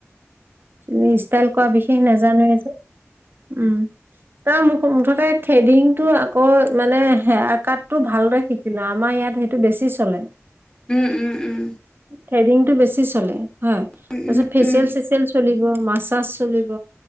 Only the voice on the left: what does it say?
উম, উম, উম।
উম
উম